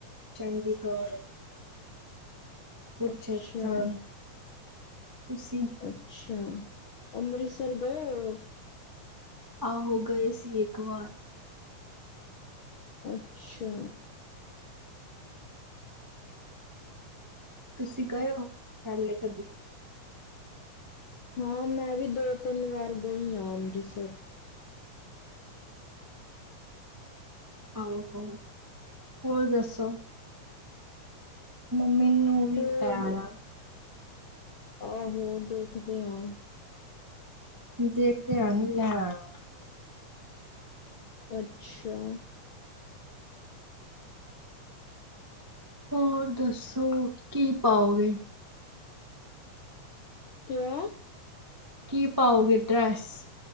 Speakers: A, on the right; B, on the left.
A: ਚੰਡੀਗੜ੍ਹ। ਕੂਰਸ਼ੇਤਰ,
B: ਅੱਛਾ
A: ਤੁਸੀਂ
B: ਅੱਛਾ, ਅੰਮ੍ਰਿਤਸਰ ਗਏ ਔਏ ਔ
A: ਆਹੋ ਗਏ ਸੀ ਇੱਕ ਵਾਰ।
B: ਅੱਛਾ
A: ਤੁਸੀਂ ਗਏ ਓ ਪੇਹਲੇ ਕਦੀ
B: ਹਾਂ ਮੈਂ ਵੀ ਦੋ ਤਿੰਨ ਵਾਰ ਗਈ ਆਂ ਅੰਮ੍ਰਿਤਸਰ।
A: ਆਹੋ ਹੋਰ ਦੱਸੋ ਮੰਮੀ ਨੂੰ ਵੀ
B: ਉਹ
A: ਲੈ ਆਣਾ।
B: ਆਹੋ, ਦੇਖਦੇ ਆਂ।
A: ਦੇਖਦੇ ਆਂ ਨਹੀਂ ਲੈਂ ਆਣਾ।
B: ਅੱਛਾ।
A: ਹੋਰ ਦੱਸੋ ਕੀ ਪਾਓਗੇ?
B: ਕਿਓਂ?
A: ਕੀ ਪਾਓਗੇ ਡਰੈੱਸ